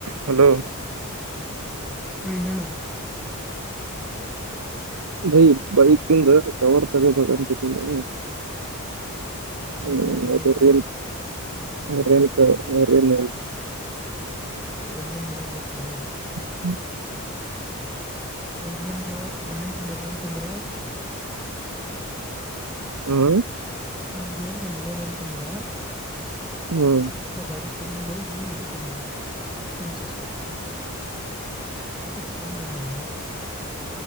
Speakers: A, on the right; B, in the centre.
A: hello
B: ಹೇಳ
A: ಭಯಿ ಬೈಕಿಂದ ಕವರ್ ತಗೋಬೇಕಂತಿದ್ದೀನಿ
B: ಇವಾಗ
A: ಹ್ಮ್
B: ಭಯ
A: ಅದು
B: ಏನ್
A: ರನ್
B: ಮಾಡ್ತೇವಿ ಈಗ ಏನ್ ಮಾಡಮ್ ಗೊತ್ತಾ
A: ರೇನ್ ರನ್
B: ಯಹ ಮಂಗತ್ತ ಹ
A: ಹ್ಮ್
B: ಇವಾಗೇನ್ ಮಳಗಿಡೆ ಬಂತಂದ್ರ
A: ಹ್ಮ್
B: ಇವಾಗ ಏನ್ರ ಮಳೆ ಬಂತಂದ್ರ
A: ಹ
B: ಬಿಸಿದ ಗಾಡಿ ತಗೊಂಡ ಹೋಗಿ ಇದಕ್ ಹೋಗಲ್ಲ ಕೆಮಸ್ಸ್ಬತ್ ಈ ಕಡೆ ಫ ಕಂಬ ಉಮ್ಮಾ